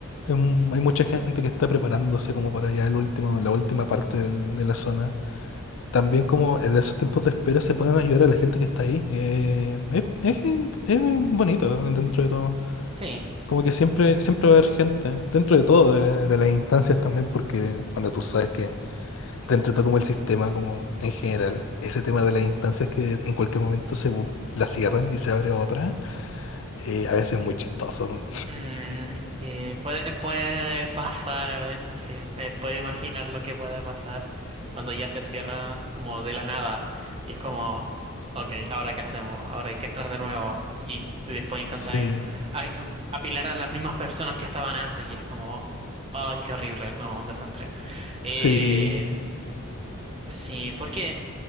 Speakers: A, on the left; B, on the right.
A: Es un- hay mucha gente que está preparándose como para allá el último, la última parte del- de la zona. También como en esos tiempos de espera se ponen a ayudar a la gente que está ahí. Eh, es, es gen- es bonito dentro de todo.
B: Sí.
A: Como que siempre, siempre va a haber gente, dentro de todo, de, de las instancias también, porque, bueno, tú sabes que dentro de todo como el sistema, como en general, ese tema de las instancias que en cualquier momento se bu- la cierran y se abre otra, eh, a veces es muy chistoso.
B: Mm, sí, puede, puede pasar a veces, sí. Me puedo imaginar lo que puede pasar cuando ya se cierra como de la nada. Y es como, ok, ¿ahora qué hacemos? Ahora hay que entrar de nuevo. Y después intentar
A: Sí,
B: ir a- apilar a las mismas personas que estaban antes. Y es como, ay, qué horrible. No, un desastre. Eh,
A: sí.
B: sí, porque